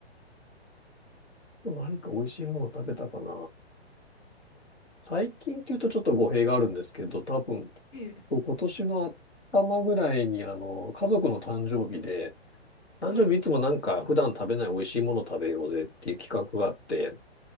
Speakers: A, on the left (about 80°); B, on the left (about 45°).
A: 何か美味しいもの食べたかな。最近っていうとちょっと語弊があるんですけど、多分、
B: ええ
A: と今年の頭ぐらいに、あの、家族の誕生日で、誕生日いつもなんか普段食べない美味しいもの食べようぜっていう企画があって、
B: はい。